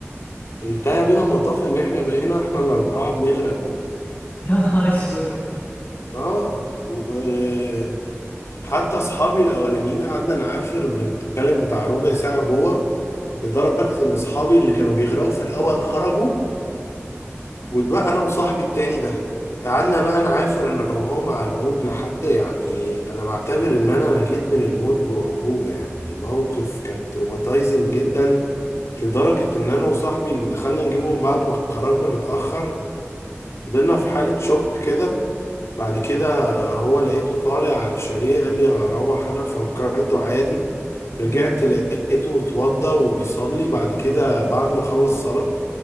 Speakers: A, on the left (about 70°); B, on the left (about 45°).
A: انتهى بينا المطاف ان احنا بقينا احنا الاربعه بنغرق جوه
B: <laughs> يا نهار اسود
A: اه وحتى اصحابي الاولانيين قعدنا نعافر بنتكلم بتاع ربع ساعه جوه لدرجه ان اصحابي اللي كانوا بيغرقوا في الاول خرجوا وبقى انا وصاحبي التاني ده قعدنا بقى نعافر انا وهو مع الموج لحد يعني انا بعتبر ان انا نجيت من الموت باعجوبه يعني موقف كان تروماتايزنج جدا لدرجه ان انا وصاحبي اللي دخلنا نجيبهم بعد ما خرجنا متاخر فضلنا في حاله شوك كده بعد كده هو لقيته طالع على الشاليه قال لي هروح انا فكرته عادي رجعت لقيته اتوضى وبيصلي بعد كده بعد ما خلص صلاه